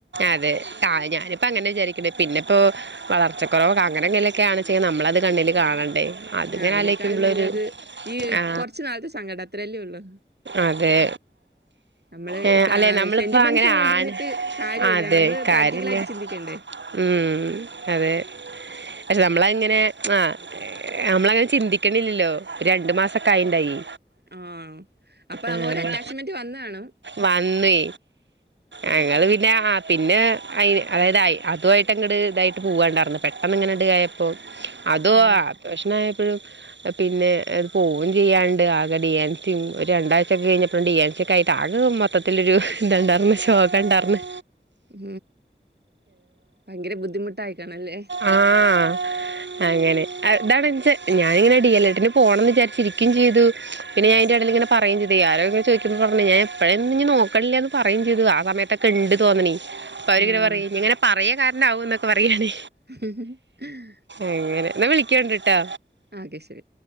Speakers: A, on the right; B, on the right.
A: അതെ ത ഞാനിപ്പോ അങ്ങനെ വിചാരി പിന്നെപ്പോ വളർച്ചക്കുറവൊ അങ്ങനെങ്കിലൊക്കെയാണെചെങ്കി നമ്മളത് കണ്ണിൽ കാണണ്ടേ അതിങ്ങനെ
B: ആഹ് അതിനേക്കാളും
A: ആലോചിക്കുമ്പോഴൊരു
B: നല്ലത് ഈ
A: ആ
B: കൊറച്ചുനാളത്തെ സങ്കടം അത്രല്ലേ ഉള്ളൂ
A: അതെ
B: നമ്മള്
A: ഏഹ്
B: സാ
A: അല്ലെ നമ്മളിപ്പോ
B: സെന്റിമെന്റ്സും
A: അങ്ങനെ
B: കൊണ്ടിരുന്നിട്ട്
A: ആണ്
B: കാര്യമില്ല
A: അതെ
B: നമ്മള്
A: കാര്യല്ല
B: പ്രാക്ടിക്കലായിട്ട് ചിന്തിക്കണ്ടേ
A: ഉം അതെ പക്ഷെ നമ്മള് അങ്ങനെ ആഹ് നമ്മളങ്ങനെ ചിന്തിക്കണില്ലല്ലോ രണ്ടു മാസൊക്കെ ആയിണ്ടായി
B: ആഹ് അപ്പൊ നമ്മ
A: ഏഹ്
B: ഒരു അറ്റാച്ച്മെന്റ് വന്നതാണ്
A: വന്ന് ഞങ്ങള് പിന്നെ അ പിന്നെ അയ് അതായതയ് ഇതുആയിട്ട് അങ്ങട്ട് ഇതായിട്ട് പോകണ്ടാർന്ന പെട്ടന്ന് ഇങ്ങനെ ടി ആയപ്പോ അതോ
B: ആഹ്
A: ആ പ്രശ്നായപ്പഴു പിന്നെ അത് പോകും ചെയ്യാണ്ട് ആകെ ഡി എൻ സിയും ഒരു രണ്ടാഴ്ചൊക്കെ കഴിഞ്ഞപ്പം ഡി എൻ സി ക്കായിട്ട് ആകെ മൊത്തത്തിലൊരു ഇതുണ്ടാർന്ന് ശോകണ്ടാർന്ന്
B: ഉം ഭയങ്കര ബുദ്ധിമുട്ടായിക്കണല്ലേ
A: ആഹ് ആഹ് അങ്ങനെ അതാണൻച്ച ഞാനിങ്ങനെ ഡി എൽ എട്ടിന് പോണന്നു വിചാരിച്ചിരിക്കിം ചെയ്തു പിന്നെ അയ്ന്റെടേല് ഇങ്ങനെ പറയും ചെയ്തു ആരോ ഇങ്ങെ ചോയ്ക്കുമ്പോ പറഞ്ഞു ഞാനപ്പെലെളും നോക്കില്ലന്ന് പറയും ചെയ്തു ആ സമയത്തെ ത്ത്ണ്ട് തോന്നണി അപ്പൊ അവരിങ്ങനെ
B: ആഹ്
A: പറയും ഇങ്ങനെ പറയ കാരണം ആവോന്നൊക്കെ പറയാണ്
B: <inaudible>
A: എങ്ങനെ എന്നാ വിളിക്കണ്ടിട്ടാ
B: ആക്കെ ശരി